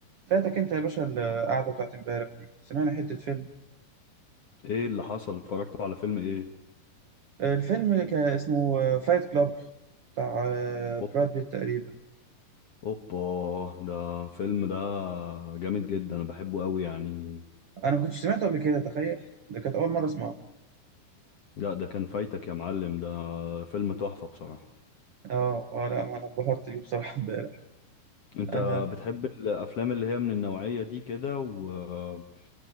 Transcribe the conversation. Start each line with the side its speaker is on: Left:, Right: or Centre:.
Right: فاتك انت يا باشا القعده بتاعت امبارح دي سمعنا حته فيلم
Left: ايه اللي حصل اتفرجتوا على فيلم ايه
Right: الفيلم اللي كان اسمه فايت كلاب بتاع آه،
Left: اوب
Right: براد بيت تقريبا
Left: اوبا ده فيلم ده جامد جدا انا بحبه قوي يعني
Right: انا ما كنتش سمعته قبل كده تخيل ده كانت اول مره اسمعه
Left: لا ده كان فايتك يا معلم ده فيلم تحفة بصراحة
Right: اه اه لا ما انا اتبهرت بيه بصراحه <laughs> امبارح
Left: انت
Right: انا
Left: بتحب الافلام اللي هي من النوعية دي كده واللي